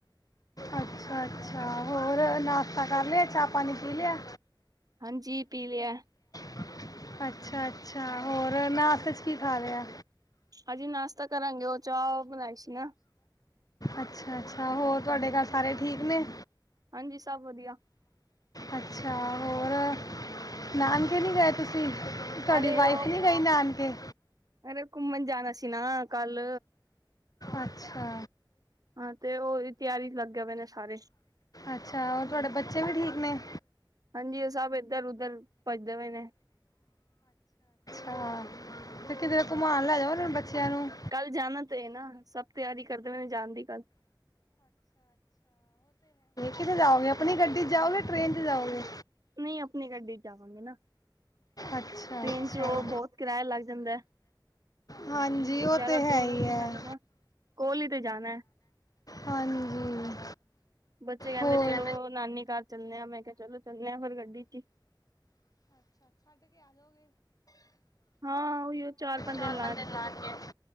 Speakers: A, on the left; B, on the right.
A: ਅੱਛਾ ਅੱਛਾ, ਹੋਰ ਨਾਸ਼ਤਾ ਕਰ ਲਿਆ ਚਾਹ ਪਾਣੀ ਪੀ ਲਿਆ।
B: ਹਾਂਜੀ ਪੀ ਲਿਆ।
A: ਅੱਛਾ ਅੱਛਾ, ਹੋਰ। ਫਿਰ ਨਾਸਤੇ ਚ ਕੀ ਖਾ ਰਿਹਾ।
B: ਹਜੇ ਨਾਸ਼ਤਾ ਕਰਾਂਗੇ ਉਹ ਚਾਹ ਬਣਾਈ ਸੀ ਨਾ
A: ਅੱਛਾ ਅੱਛਾ, ਹੋਰ ਤੁਹਾਡੇ ਘਰ ਸਾਰੇ ਠੀਕ ਨੇ।
B: ਹਾਂਜੀ ਸਭ ਵਧੀਆ।
A: ਅੱਛਾ ਹੋਰ ਨਾਨਕੇ ਨਹੀਂ ਗਏ ਤੁਸੀਂ ਤੁਹਾਡੀ
B: ਅਰੇ
A: ਵਾਈਫ
B: ਉਹ
A: ਨਹੀਂ ਗਈ ਨਾਨਕੇ
B: ਅਰੇ ਘੁੰਮਣ ਜਾਣਾ ਸੀ ਨਾ ਕੱਲ।
A: ਅੱਛਾ।
B: ਹਾਂ, ਤੇ ਉਹਦੀ ਤਿਆਰੀ ਲੱਗੇ ਪਏ ਨੇ ਸਾਰੇ
A: ਅੱਛਾ ਹੋਰ ਤੁਹਾਡੇ ਬੱਚੇ ਵੀ ਠੀਕ ਨੇ
B: ਹਾਂਜੀ ਉਹ ਸਭ ਇੱਧਰ ਉਧਰ ਭੱਜਦੇ ਪਏ ਨੇ।
A: ਹਾਂ, ਤੇ ਕਿੱਧਰੇ ਘੁੰਮਾਣ ਲੈ ਜੋ ਉਹਨਾਂ ਬੱਚਿਆਂ। ਨੂੰ
B: ਕੱਲ ਜਾਣਾ ਤੇ ਐ ਨਾ ਸਭ ਤਿਆਰੀ ਕਰਦੇ ਪਏ ਜਾਣ ਦੀ ਕੱਲ।
A: ਕਿਥੇ ਜਾਓਗੇ ਆਪਣੀ ਗੱਡੀ ਚ ਜਾਓਗੇ ਟ੍ਰੇਨ ਚ ਜਾਓਗੇ।
B: ਨਹੀਂ ਆਪਣੀ ਗੱਡੀ ਜਾਵਾਂਗੇ ਨਾ
A: ਅੱਛਾ
B: ਟ੍ਰੇਨ।
A: ਅੱਛਾ
B: ਜੋ ਬਹੁਤ ਕਿਰਾਇਆ ਲੱਗ ਜਾਂਦਾ
A: ਹਾਂਜੀ ਉਹ
B: ਜ਼ਿਆਦਾ
A: ਤੇ ਹੈ
B: ਦੂਰ
A: ਹੀ
B: ਵੀ ਨਹੀਂ
A: ਹੈ
B: ਜਾਣਾ ਨਾ ਕੋਲ ਹੀ ਤੇ ਜਾਣਾ।
A: ਹਾਂਜੀ
B: ਬੱਚੇ ਕਹਿੰਦੇ
A: ਹੋਰ
B: ਚਲੋ ਨਾਨੀ ਘਰ ਚੱਲਣੇ ਆ ਮੈਂ ਕਿਹਾ ਚਲੋ ਚੱਲਣੇ ਆ ਫਿਰ ਗੱਡੀ ਚ ਹੀ। ਹਾਂ ਉਹੀਓ ਪੰਜ
A: ਚਾਰ
B: ਦਿਨ
A: ਬੰਦੇ ਲਾਣਗੇ